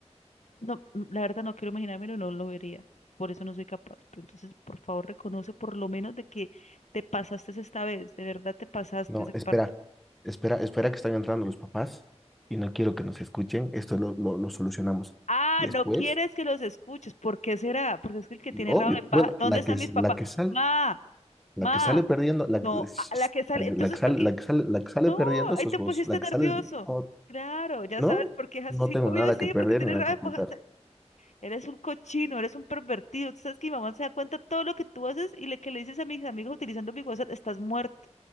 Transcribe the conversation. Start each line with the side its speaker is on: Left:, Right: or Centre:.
Left: no, mm, la verdad no quiero imaginármelo, no lo vería. Por eso no soy capaz. Pero entonces, por favor, reconoce por lo menos de que te pasaste esta vez. De verdad te pasaste
Centre: No,
Left: esa parte.
Centre: espera, espera, espera que están entrando los papás y no quiero que nos escuchen. Esto lo, lo, lo solucionamos
Left: Ah,
Centre: después.
Left: no quieres que los escuches. ¿Por qué será? Porque es que el que
Centre: Y
Left: tiene
Centre: obvio,
Left: rabo de paja.
Centre: bueno,
Left: ¿Dónde
Centre: la
Left: están
Centre: que,
Left: mis papás?
Centre: la que sale,
Left: Ma,
Centre: la
Left: ma.
Centre: que sale perdiendo, la,
Left: No,
Centre: que-
Left: a la que sale.
Centre: la, que
Left: Entonces,
Centre: la que sale,
Left: ¿por qué?
Centre: la que sale, la que sale
Left: No,
Centre: perdiendo
Left: ahí
Centre: sos
Left: te
Centre: vos.
Left: pusiste
Centre: La
Left: nervioso.
Centre: que sale, oh,
Left: Claro, ya
Centre: no,
Left: sabes por qué es así.
Centre: no tengo
Left: Sí, obvio
Centre: nada
Left: sí,
Centre: que perder
Left: porque tienes
Centre: ni nada
Left: rabo
Centre: que
Left: de
Centre: ocultar.
Left: paja. Eres un cochino, eres un pervertido. Tú sabes que mi mamá se da cuenta de todo lo que tú haces y le que le dices a mis amigos utilizando mi WhatsApp, estás muerto,